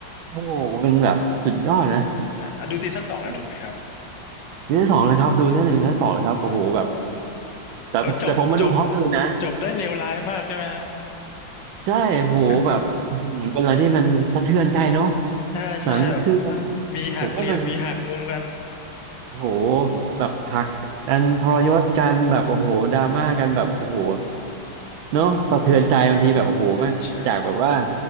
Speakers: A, on the right; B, on the left.
A: โอ้โหเป็นแบบสุดยอดนะ
B: แต่อ่ะดูซีซั่นสองแล้วถูกไหมครับ
A: อืมซีซั่นสองนะครับดูซีซั่นหนึ่งซีซั่นสองนะครับโอ้โหแบบ
B: อ๋อ
A: แต่แต่ผมมาดูพร้อมกันเลยนะ
B: แล้วจบจบจบได้เลวร้ายมากใช่ไหมฮะ
A: <laughs> ใช่โอ้โหแบบอื้อหือเป็นอะไรที่มันสะเทือนใจเนาะ
B: <laughs> ใช่ใช่แบบอ้าวมีหักเหลี่ยมมีหักมุมกัน
A: หนังคือมันผมว่ามัน โอ้โหแบบหักอันทรยศกันแบบโอ้โหดราม่ากันแบบโอ้โหเนาะสะเทือนใจบางทีแบบโอ้โหแม่งจากแบบว่า
B: ใช่ใช่